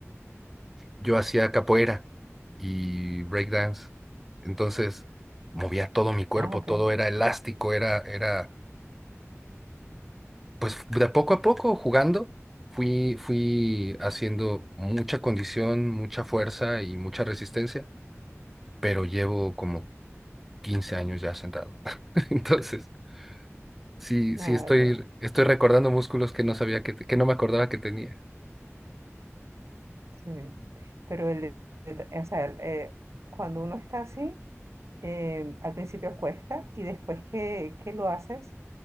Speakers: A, in the centre; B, on the right (about 70°).
A: yo hacía capoeira y breakdance. Entonces movía todo mi cuerpo,
B: Ah, ok,
A: todo era elástico, era, era, pues de poco a poco jugando, fui, fui haciendo mucha condición, mucha fuerza y mucha resistencia, pero llevo como 15 años ya sentado. <laughs> Entonces, sí,
B: nada,
A: sí estoy,
B: ya,
A: estoy recordando músculos que no sabía que, te- que no me acordaba que tenía.
B: sí. Pero el, o sea, el, eh, cuando uno está así, eh, al principio cuesta, y después que, que lo haces,